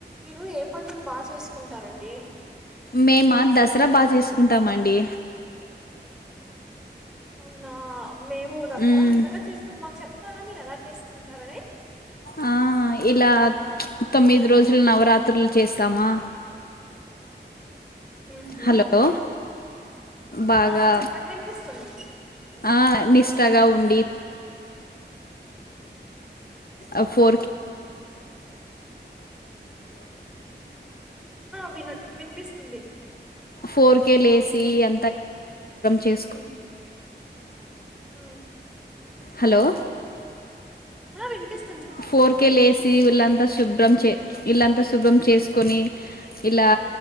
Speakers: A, in the centre; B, on the left.
A: మీరు ఏ పండుగ బాగా చేసుకుంటారండి
B: మేము దసరా బాగా తీసుకుంటామ అండి
A: అవునా మేము దసరా
B: మ్మ్.
A: అంతగా చేసుకు మాకు చెప్తారా మీరు ఎలా చేసుకుంటారని
B: ఆ, ఇలా తొమ్మిది రోజులు నవరాత్రులు చేస్తామా
A: ఉహు
B: హలో బాగా
A: ఆ చెప్పండి వినిపిస్తుంది
B: ఆ నిష్టగా ఉం అ ఫ వ
A: వినోద్ వినిపిస్తుంది
B: ఫోర్ కే లేస్ అ ఇ చే
A: ఉమ్ ఉమ్
B: హలో
A: ఆ వినిపిచస్త
B: ఫోర్ కేె లేసి ఇలాంతా శుభ్రం చే ఇలాంతా స్ శుభ్రం చేసుకొని ఇలా